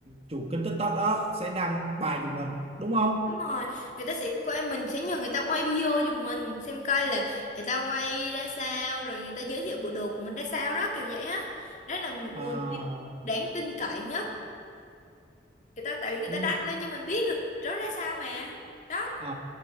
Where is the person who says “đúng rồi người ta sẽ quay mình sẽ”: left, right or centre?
Left